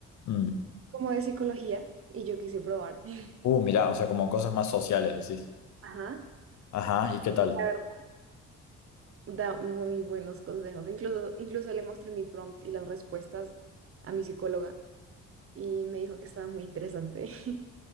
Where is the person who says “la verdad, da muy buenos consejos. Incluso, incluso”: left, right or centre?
Right